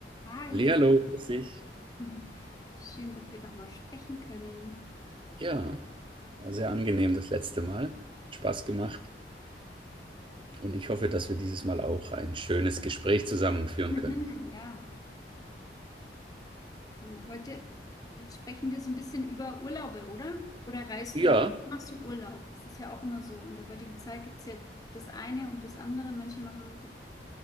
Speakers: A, on the left; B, on the right.
A: Hi,
B: Hallihallo, grüß dich.
A: <laughs> schön, dass wir nochmal sprechen können.
B: Ja, war sehr angenehm das letzte Mal. Hat Spaß gemacht und ich hoffe, dass wir dieses Mal auch ein schönes Gespräch zusammen führen
A: Mhm,
B: können.
A: Ja, du, heute, jetzt sprechen wir so ein bisschen über Urlaube, oder? Oder reist
B: Ja,
A: du, gern? machst du Urlaub? Es ist ja auch immer so. In der heutigen Zeit gibt es ja das eine und das andere. Manche machen, so-